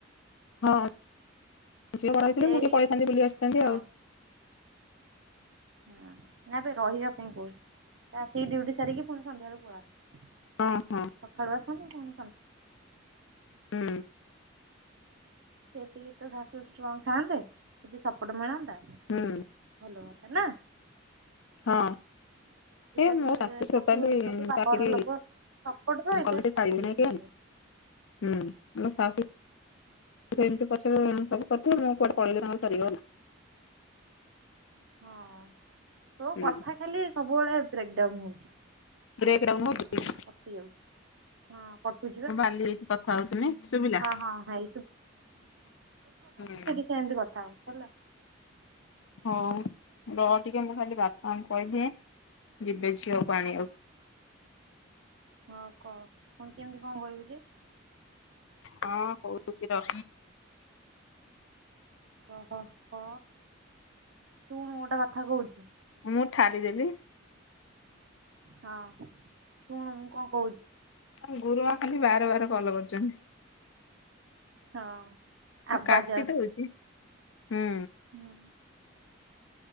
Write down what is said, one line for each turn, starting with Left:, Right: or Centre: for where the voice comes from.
Left: ହଁ ଝିଅ ବଡ଼ ହେଇଥିଲେ
Right: ସେଇଠି
Left: ମୁଁ ଟିକେ ପଳେଇଥାନ୍ତି ବୁଲି ଆସିଥାନ୍ତି
Right: ହଁ
Left: ଆଉ।
Right: ହଁ ନାବେ ରହିବା ପାଇଁ କହୁଛି ଆସିକି ଡିଉଟି ସାରି କିି ପୁଣି ସନ୍ଧ୍ୟା ବେଳକୁ ପଳାନ୍ତୁ। <inaudible>
Left: ହଁ ହଁ
Right: ସଖାଳୁ ଆସନ୍ତୁ ପୁଣି ସ
Left: ହୁଁ।
Right: ସେତିକି ତୋ ଶାଶୁ ଷ୍ଟ୍ରଙ୍ଗ୍ ଥାଆନ୍ତେ, ଯଦି ସପୋର୍ଟ ମିଳନ୍ତା
Left: ହୁଁ।
Right: ଭଲ ହୁଅନ୍ତା ନା?
Left: ହଁ।
Right: ତୁ
Left: ଏ
Right: ଯଦି
Left: ମୋ ଶାଶୁ ଟୋଟାଲି,
Right: ଘର ଲୋକ ବାପ
Left: ଚାକିରି
Right: ଘର ଲୋକ ସପୋର୍ଟ ରହିଲେ
Left: କଲେ ସେ
Right: ସବୁ
Left: ଛାଡିବେ କି
Right: କିଛି
Left: ନାଇଁ
Right: ହେଇଯିବ
Left: କେଜାଣି? ହୁଁ ମୋ ଶାଶୁ ତ ଏମିତି ପଛେ ସବୁ କରିିଥିବେ, ମୁଁ କୁଆଡ଼େ ପଳେଇଲେ ତାଙ୍କର ସରିଗଲା।
Right: ହଁ ତୋ
Left: ହୁଁ
Right: କଥା ଖାଲି ସବୁବେଳେ ବ୍ରେକ୍ଡାଉନ୍ ହଉଛି।
Left: ବ୍ରେକଡାଉନ ହଉଚି?
Right: କଟିଯାଉଛି, ହଁ କଟୁଛି। ବା
Left: କାଲି ଏଇଠି କଥା ହଉଥିଲି, ଶୁଭିଲା?
Right: ହଁ ହଁ ହେଇ
Left: ହୁଁ।
Right: ତୁ ଏମିତି କଥା ହ ହେଲା।
Left: ହଉ ର ଟିକେ ମୁଁ ଖାଲି ବାପାଙ୍କୁ କହିଦିଏ, ଯିବେ ଝିଅକୁ ଆଣିଆକୁ।
Right: ହଁ କହ, ପୁଣି କେମିତି କଣ କହିବି ଯେ?
Left: ହଁ କହୁଛି ର।
Right: କହ କ ଶୁଣୁ ଗୋଟା କଥା କହୁଛି।
Left: ମୁଁ ଠାରିଦେଲି
Right: ହଁ ଶୁଣୁ ମୁଁ କଣ କହୁଛି।
Left: ତାଙ୍କ ଗୁରୁମା ଖାଲି ବାର୍ ବାର୍ କଲ୍ କରୁଛନ୍ତି।
Right: ହଁ।
Left: ନାଇଁ
Right: ଆବାଜ
Left: କାଟି
Right: ଆସୁଛି
Left: ଦଉଚି ହୁଁ।
Right: ହୁଁ।